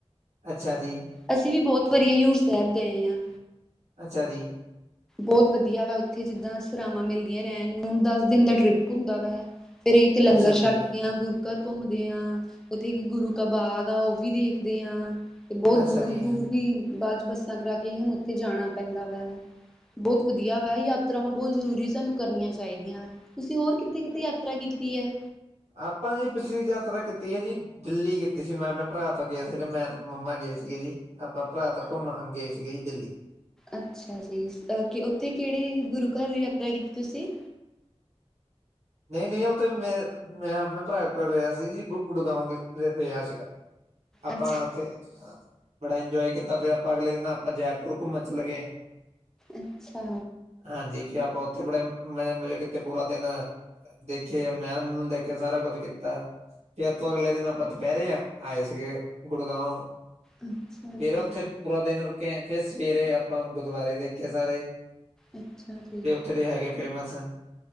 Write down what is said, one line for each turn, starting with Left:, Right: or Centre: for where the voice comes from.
Right: ਅੱਛਾ ਜੀ।
Centre: ਅਸੀ ਵੀ ਬੋਤ ਵਾਰੀ ਜ਼ੁਰ ਸੈਬ ਗਏ ਆਂ।
Right: ਅੱਛਾ ਜੀ।
Centre: ਬੋਤ ਵਧੀਆ ਵਾ ਓਥੇ ਜਿੱਦਾਂ ਸਰਾਵਾਂ ਮਿਲਦੀਆਂ ਰੈਣ ਨੂੰ, ਦਸ ਦਿਨ ਦਾ ਟ੍ਰਿਪ ਹੁੰਦਾ ਵਾ ਹੈ। ਫੇਰ ਐਥੇ ਲੰਗਰ
Right: ਅੱਛਾ
Centre: ਛਕ
Right: ਜੀ,
Centre: ਕੇਆਂ ਗੁਰੂ ਘਰ ਘੁੰਮਦੇ ਆਂ, ਓਥੇ ਇੱਕ ਗੁਰੂ ਕਾ ਬਾਗ ਆ, ਓ ਵੀ ਦੇਖਦੇ ਆਂ। ਤੇ ਬੋਤ
Right: ਅੱਛਾ
Centre: ਦੂਰ-ਦੂਰ
Right: ਜੀ।
Centre: ਵੀ ਬਾਦ 'ਚ ਬੱਸਾਂ ਕਰਾ ਕੇ ਹੀ ਹਾਨੂੰ ਓਥੇ ਜਾਣਾ ਪੈਂਦਾ ਵੈ। ਬੋਤ ਵਧੀਆ ਵਾ, ਯਾਤਰਾਵਾਂ ਬੋਤ ਜ਼ਰੂਰੀ ਸਾਨੂੰ ਕਰਨੀਆਂ ਚਾਈਦੀਆਂ ਵਾ। ਤੁਸੀਂ ਹੋਰ ਕਿੱਥੇ-ਕਿੱਥੇ ਯਾਤਰਾ ਕੀਤੀ ਐ?
Right: ਆਪਾਂ ਜੀ ਪਿਛਲੀ ਯਾਤਰਾ ਕੀਤੀ ਐ ਜੀ ਦਿੱਲੀ ਕੀਤੀ ਸੀ, ਮੈਂ ਆਪਣੇ ਭਰਾ ਤੋਂ ਗਯਾਸੀਗਾ ਮੈਂ ਤੇ ਮੰਮਾ ਗਏ ਸੀਗੇ ਜੀ। ਆਪਾਂ ਭਰਾ ਤੋਂ ਘੁੰਮਣ ਗਏ ਸੀਗੇ ਜੀ, ਦਿੱਲੀ।
Centre: ਅੱਛਾ ਜੀ, ਅ ਉੱਥੇ ਕੇੜੇ ਗੁਰੂ ਘਰ ਯਾਤਰਾ ਕੀਤੀ ਤੁਸੀਂ?
Right: ਨਈਂ-ਨਈਂ ਓ ਤੇ ਮੈਂ ਮੈਂ ਅਪਨੇ ਭਰਾ ਕੋਲ ਗਯਾ ਸੀ ਜੀ, ਗੁ ਗੁੜਗਾਉਂ ਰੇਯਾ ਸੀਗਾ। ਆਪਾਂ
Centre: ਅੱਛਾ
Right: ਓਥੇ ਬੜਾ ਇੰਜੋਏ ਕੀਤਾ, ਫੇਰ ਆਪਾਂ ਅਗਲੇ ਦਿਨਾਂ ਆਪਾਂ ਜੈਪੁਰ ਘੁੰਮਣ ਚਲੇ ਗਏ।
Centre: ਅੱਛਾ।
Right: ਹਾਂਜੀ, ਫੇਰ ਆਪਾਂ ਓਥੇ ਬੜੇ ਮਜੇ ਮਜੇ ਕੀਤੇ ਪੂਰਾ ਦੇਨ। ਦੇਖੇ ਮੈਲ-ਮੂਲ ਦੇਖਿਆ ਸਾਰਾ ਕੋਜ ਕੀਤਾ ਤੇ ਆਪਾਂ ਅਗਲੇ ਦਿਨ ਆਪਾਂ ਦੋਪੈਰੇ ਆ ਆਏ ਸੀਗੇ, ਗੁੜਗਾਓ
Centre: ਅੱਛਾ ਜੀ
Right: ਫੇਰ ਓਥੇ ਪੂਰਾ ਦੇਨ ਰੁਕੇ ਫੇ ਸਵੇਰੇ ਆਪਾਂ ਗੁਦੁਆਰੇ ਦੇਖੇ ਸਾਰੇ
Centre: ਅੱਛਾ ਜੀ।
Right: ਥੇ ਦੇ ਹੈਗੇ ਫੇਮਸ